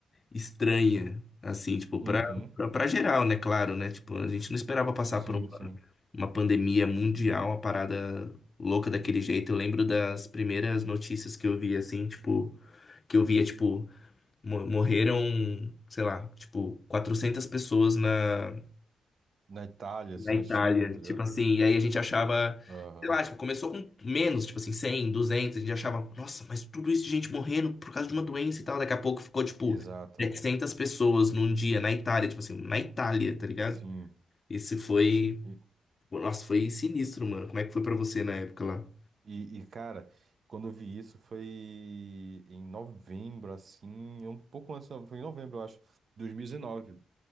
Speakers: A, on the left; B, on the right.
A: estranha, assim, tipo,
B: uhum.
A: pra, pra, pra geral, né? Claro, né? Tipo, a gente não esperava passar
B: Sim,
A: por uma,
B: sim.
A: uma pandemia mundial, uma parada louca daquele jeito. Eu lembro das primeiras notícias que eu vi, assim, tipo, que eu via, tipo, mo- morreram, sei lá, tipo, 400 pessoas na
B: Na Itália,
A: na
B: assim,
A: Itália.
B: na China, tá
A: Tipo
B: ligado?
A: assim, e aí a gente achava,
B: Aham.
A: sei lá, tipo, começou com menos, tipo assim, 100, 200, a gente achava, nossa, mas tudo isso de gente morrendo por causa de uma doença e tal. Daqui a pouco ficou, tipo,
B: Exato.
A: 700 pessoas num dia na Itália, tipo assim, na Itália, tá ligado?
B: Sim.
A: Esse foi,
B: E,
A: nossa, foi sinistro, mano. Como é que foi pra você na época lá?
B: e, e, cara, quando eu vi isso foi em novembro, assim, um pouco antes, foi em novembro, eu acho, 2019.